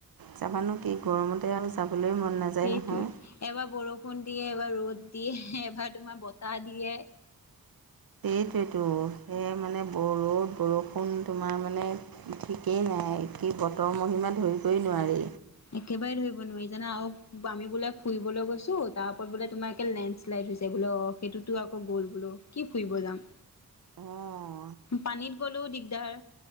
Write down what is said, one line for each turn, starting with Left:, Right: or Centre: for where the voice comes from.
Right: যাবানো কি গৰমতে আৰু যাবলৈ মন নাযায়।
Left: সেইটোৱে,
Right: নহয়
Left: এবাৰ বৰষুণ দিয়ে, এবাৰ ৰ'দ দিয়ে, এবাৰ তোমাৰ বতাহ দিয়ে।
Right: সেইটোৱেতো, সেই মানে ৰ'দ বৰষুণ তোমাৰ মানে ঠিকেই নাই, কি বতৰৰ মহিমা ধৰিবই নোৱাৰি।
Left: একেবাৰে ধৰিব নোৱাৰি জানা আৰু আমি বোলে ফুৰিবলৈ গৈছোঁ তাৰ ওপৰত বোলে তোমাৰ একে লেঞ্চ <unintelligible> বোলে অঁ' সেইটোতো আকৌ গ'ল বোলো কি ফুৰিব যাম।
Right: অঁ।
Left: পানীত গলেও দিগদাৰ।